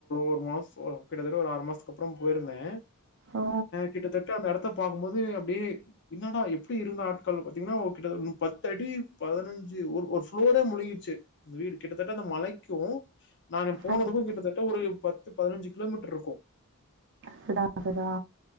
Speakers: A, on the left; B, on the right.
A: ஒரு மாசோ கிட்டத்தட்ட ஒரு ஆறு மாசத்துக்கு அப்பறோ போயிருந்தே
B: ஓ
A: கிட்டத்தட் எடத்த பாக்கும்போது அப்டியே என்னடா எப்புடி இருந்த ஆட்கள் பாத்தீங்கன்னா ஓ கிட்ட தட்ட பத்து அடி பதுனொ ஞ்சு ஒரு ப்ளோரே முழுகிட்ச்சு வீடு கிட்டத்தட்ட அந்த மழைக்கும் நானு போனதுக்கு
B: அதுதான்
A: கிட்டத்தட்ட ஒரு பத்து பதுனஞ்சு கிலோமீட்டர் இருக்கூ
B: செதா செதா